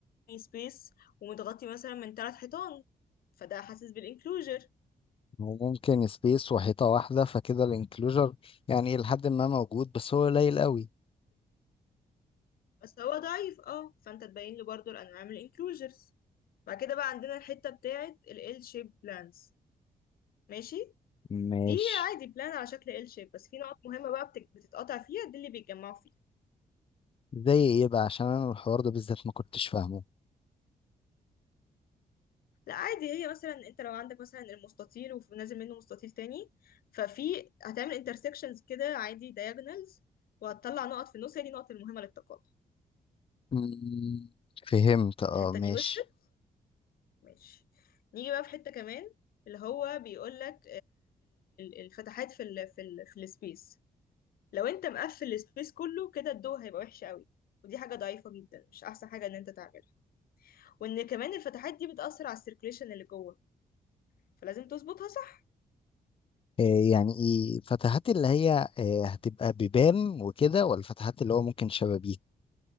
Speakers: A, on the left; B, on the left.
A: سبيس ومتغطي مثلا من ثلاث حيطان فده حاسس بالانكلوجر
B: وممكن سبيس وحيطة واحدة فكده الانكلوجر يعني إلى حد ما موجود بس هو قليل قوي
A: بس هو ضعيف اه فانت تبين له برضو الانواع من الانكلوجرز بعد كده بقى عندنا الحتة بتاعة ال L shape plans ماشي
B: ماشي
A: دي عادي بلان على شكل L shape بس في نقط مهمة بقى بت- بتتقطع فيها دي اللي بيتجمعوا فيها
B: زي إيه بقى عشان أنا الحوار ده بالذات ما كنتش فاهمه
A: لا عادي هي مثلا انت لو عندك مثلا المستطيل ونازل منه مستطيل تاني ففي هتعمل intersections كده عادي diagonals وهتطلع نقط في النص هي دي النقط المهمة للتقاطع
B: مم. فهمت اه
A: الحتة
B: ماشي
A: دي وصلت ماشي نيجي بقى في حتة كمان اللي هو بيقول لك الفتحات في ال في ال في السبيس لو انت مقفل السبيس كله كده الضوء هيبقى وحش قوي ودي حاجة ضعيفة جدا مش احسن حاجة ان انت تعملها وان كمان الفتحات دي بتأثر على السيركليشن اللي جوه فلازم تظبطها صح
B: آه، يعني ايه فتحات اللي هي آه، هتبقى بيبان وكده ولا فتحات اللي هو ممكن شبابيك